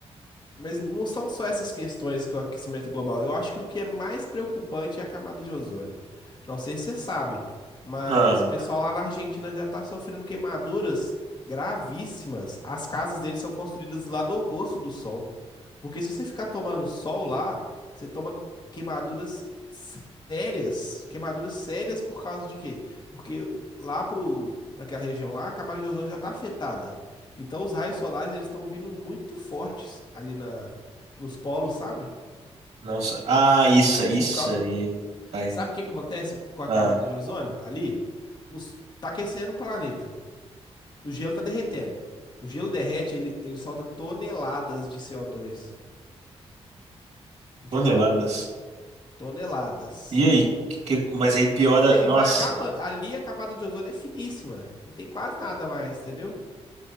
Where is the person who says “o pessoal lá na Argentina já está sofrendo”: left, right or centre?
Left